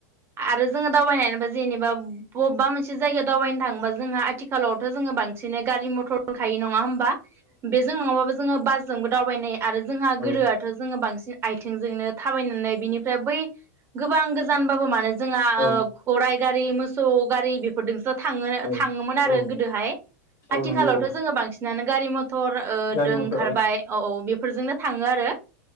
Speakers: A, on the right; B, on the left.
A: आरो जोङो दावबाय होनोबा जेनेबा बबेबा मोनसे जायगायाव दावबायनो थाङोबा जोंहा आथिखालाव। जोङो बांसिन गारि मटर। दंखायो नङा होम बा बेजों नङाबाबो जोङो बाज जोंबो दावबायनो हायो। आरो जोंहा
B: औ
A: गोदोआथ जोङो बांसिन। आथिंजोंनो। थाबायनानै बिनिफ्राय बै। गोबां गोजानबाबो मानो। जोंहा
B: औ
A: खराय। गारि मोसौ गारि बेफोरदोंसो थांङो
B: औ
A: थाङोमोन आरो
B: औ
A: गोदो आथिखालावथ
B: औ नंगौ औ
A: जोङो बांसिनानो गारि म टर ओ
B: गारि
A: दो
B: मथर
A: ओंखारबाय औ औ बेफोरजोंनो थाङो आरो